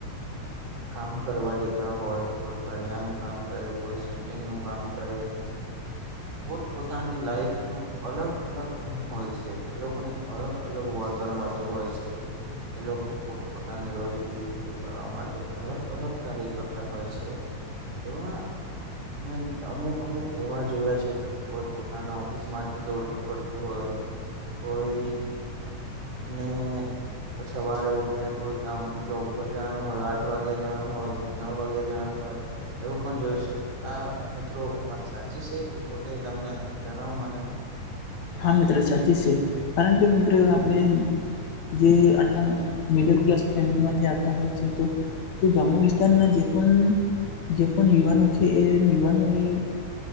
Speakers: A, on the right; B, on the left.
A: કામ કરવા જતા હોય કોઈ કળિયાનું કામ કરે, કોઈ સેન્ટિંગનું કામ કરે.
B: <inaudible>
A: પોત-પોતાની લાઈફનું અલગ-અલગ કામ હોય છે, એ લોકોને અલગ-અલગ વળ તર મળતું હોય છે. એ લોકો પોત-પોતાની રોજગીરી પૂરી પાડવા માટે અલગ-અલગ કાર્ય કરતા હોય છે. એવા મે અમુક-અમુક એવા જોયા છે કે કોઈ પોતાના ઓફિસ માટે દોડતું પડતું હોય. કોઈ ને સવારે ઉઠીને કોઈ કામ જોબ પર જવાનું હોય, આ આઠ વાગે જવાનું હોય, કોઈ નવ વાગે જવાનું હોય. એવું પણ જોયું શે. આ મિત્રો વાત સાચી છે કે ખોટી તમને જણાવો મને.
B: હા, મિત્ર સાચી છે. કારણ કે મિત્ર આપણે જે આટલા મિડલ ક્લાસ ફેમિલીમાંથી આવતા હોય છ. તો જે ગામડાં વિસ્તારના જે પન જે પણ યુવાનો છે એ યુવાનો એ